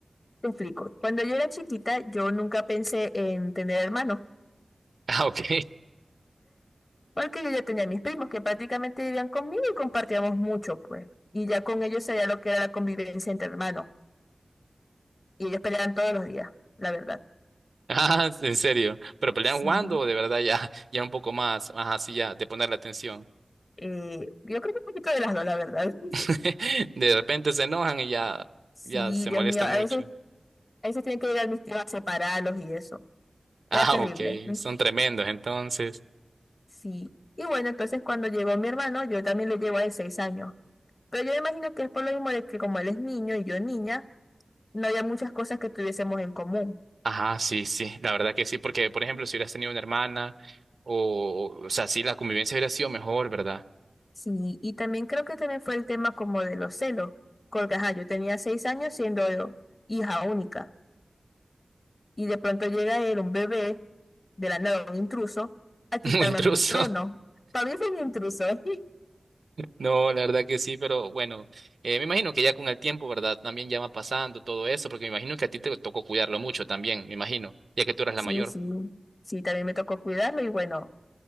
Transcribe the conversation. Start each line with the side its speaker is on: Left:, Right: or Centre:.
Left: te explico. Cuando yo era chiquita, yo nunca pensé en tener hermanos,
Right: Ah, ok.
Left: porque yo ya tenía mis primos que prácticamente vivían conmigo y compartíamos mucho, pues. Y ya con ellos sabía lo que era la convivencia entre hermanos. Y ellos peleaban todos los días, la verdad.
Right: Ah, en serio. ¿Pero pelean
Left: Sí.
Right: jugando o de verdad ya, ya un poco más, ajá, sí, ya, de poner la atención?
Left: Eh, yo creo que un poquito de las dos, la verdad. <laughs>
Right: <laughs> De repente se enojan y ya,
Left: Sí,
Right: ya se
Left: Dios
Right: molestan
Left: mío. A
Right: mucho.
Left: veces,
Right: <laughs>
Left: a veces tienen que llegar mis tíos a separarlos y eso.
Right: Ah,
Left: Era terrible.
Right: ok. Son tremendos, entonces.
Left: Sí. Y bueno, entonces cuando llegó mi hermano, yo también le llevo de seis años. Pero yo me imagino que es por lo mismo de que como él es niño y yo niña, no había muchas cosas que tuviésemos en común.
Right: Ajá, sí, sí, la verdad que sí, porque, por ejemplo, si hubieras tenido una hermana, o, o sea, sí, la convivencia hubiera sido mejor, ¿verdad?
Left: Sí, y también creo que también fue el tema como de los celos, porque ajá, yo tenía seis años siendo hija única, y de pronto llega él, un bebé, de la nada, un intruso, a quitarme
Right: <laughs> Muy intruso.
Left: a mí mi trono. Para mí fue un intruso. <laughs>
Right: No, la verdad que sí, pero bueno, eh, me imagino que ya con el tiempo, ¿verdad? También ya va pasando todo eso, porque me imagino que a ti te tocó cuidarlo mucho también, me imagino, ya que tú eras la
Left: Sí,
Right: mayor.
Left: sí, sí, también me tocó cuidarlo y bueno,